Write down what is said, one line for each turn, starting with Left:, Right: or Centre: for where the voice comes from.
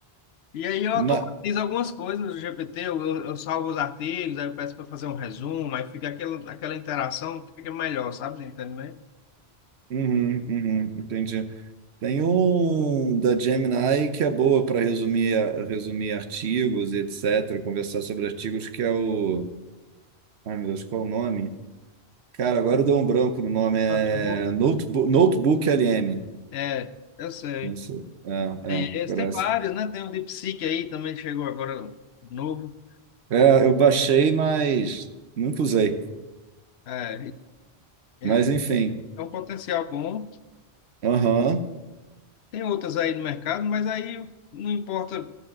Left: E aí eu
Right: ma-
Left: automatizo algumas coisas no GPT, eu, eu- eu salvo os artigos, aí eu peço para fazer um resumo, aí fica aquela, aquela interação que fica melhor, sabe? Entende bem?
Right: Uhum, uhum, entendi. Tem um da Gemini que é boa para resumir, resumir artigos, e etc., conversar sobre artigos, que é o. Ai, meu Deus, qual é o nome? Cara, agora deu um branco no nome. É
Left: Notebook.
Right: Notebook, Notebook LM.
Left: É, eu sei.
Right: Não sei. É, é,
Left: Tem esse,
Right: parece.
Left: tem vários, né? Tem o DeepSeek aí, também chegou agora um novo.
Right: É, eu baixei, mas nunca usei.
Left: É, ele
Right: Mas enfim.
Left: é um potencial bom.
Right: Aham,
Left: Tem outros aí no mercado, mas aí não importa